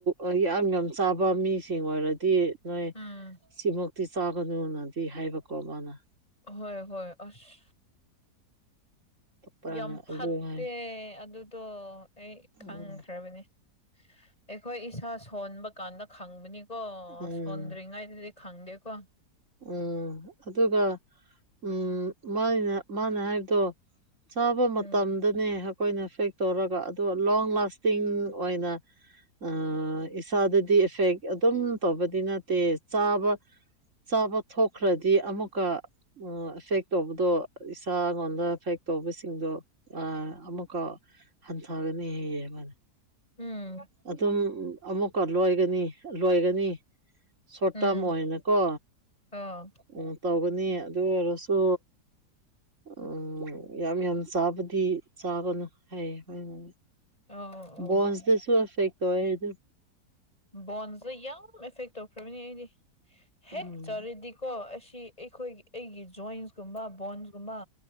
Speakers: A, on the right (about 45°); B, on the left (about 20°).
A: ꯑꯥ ꯌꯥꯝ ꯌꯥꯝ ꯆꯥꯕ ꯃꯤꯁꯤꯡ ꯑꯣꯏꯔꯗꯤ ꯅꯣꯏ
B: ꯎꯝ
A: ꯁꯤꯃꯛꯇꯤ ꯆꯥꯒꯅꯨꯅꯗꯤ ꯍꯥꯏꯕꯀꯣ ꯃꯥꯅ
B: ꯑꯍꯣꯏ ꯍꯣꯏ ꯑꯁ
A: ꯄꯥꯔꯅ
B: ꯌꯥꯝ ꯐꯠꯇꯦ
A: ꯑꯗꯨ ꯍꯥꯏ
B: ꯑꯗꯨꯗꯣ ꯑꯩ ꯈꯪꯈ꯭ꯔꯕꯅꯦ
A: ꯎꯝ
B: ꯑꯩꯈꯣꯏ ꯏꯁꯥ ꯁꯣꯟꯕ ꯀꯥꯟꯗ ꯈꯪꯕꯅꯤꯀꯣ
A: ꯎꯝ
B: ꯁꯣꯟ ꯔꯤꯉꯥꯏꯗꯗꯤ ꯈꯪꯗꯦꯀꯣ
A: ꯎꯝ ꯑꯗꯨꯒ ꯎꯝ ꯃꯥꯏꯅ ꯃꯥꯅ ꯍꯥꯏꯕꯗꯣ ꯆꯥꯕ
B: ꯎꯝ
A: ꯃꯇꯝꯗꯅꯦ ꯑꯩꯈꯣꯏꯅ ꯐꯦꯛ ꯇꯧꯔꯒ ꯑꯗꯣ ꯂꯣꯡ ꯂꯥꯁꯇꯤꯡ ꯑꯣꯏꯅ ꯑꯥ ꯏꯁꯥꯗꯗꯤ ꯑꯦꯐꯦꯛ ꯑꯗꯨꯝ ꯇꯧꯕꯗꯤ ꯅꯠꯇꯦ ꯆꯥꯕ ꯆꯥꯕ ꯊꯣꯛꯈ꯭ꯔꯗꯤ ꯑꯃꯨꯛ ꯀꯥ ꯎ ꯑꯦꯐꯦꯛ ꯇꯧꯕꯗꯣ ꯏꯁꯥ ꯑꯩꯉꯣꯟꯗ ꯑꯦꯐꯦꯛ ꯇꯧꯕꯁꯤꯡꯗꯣ ꯑ ꯑꯃꯨꯛꯀ ꯍꯟꯊꯒꯅꯤ ꯍꯌꯦ ꯌꯦꯡꯉꫭ
B: ꯎꯝ
A: ꯑꯗꯨꯝ ꯑꯃꯨꯛꯀ ꯂꯣꯏꯒꯅꯤ ꯂꯣꯏꯒꯅꯤ ꯁꯣꯔꯠ
B: ꯎꯝ
A: ꯇꯥꯔꯝ ꯑꯣꯏꯅꯀꯣ
B: ꯑꯥ
A: ꯎꯝ ꯇꯧꯒꯅꯤ ꯑꯗꯨ ꯑꯣꯏꯔꯁꯨ ꯎꯝ ꯌꯥꯝ ꯌꯥꯝ ꯆꯥꯕꯗꯤ ꯆꯥꯒꯅꯨ ꯍꯥꯏꯌꯦ ꯃꯣꯏꯅ
B: ꯑꯧ ꯑꯧ
A: ꯕꯣꯟꯁꯇꯥꯁꯨ ꯑꯥꯐꯦꯛ ꯇꯧ ꯑꯦ ꯍꯥꯏꯗꯨ
B: ꯕꯣꯟꯁꯦ ꯌꯥꯝ ꯑꯦꯐꯦꯛ ꯇꯧꯈ꯭ꯔꯕꯅꯤ ꯑꯩꯗꯤ ꯍꯦꯛ
A: ꯎꯝ
B: ꯆꯥꯔꯤꯗꯤꯀꯣ ꯑꯁꯤ ꯑꯩꯈꯣꯏꯒꯤ ꯑꯩꯒꯤ ꯖꯣꯏꯟꯁꯀꯨꯝꯕ ꯕꯣꯟꯁ ꯀꯨꯝꯕ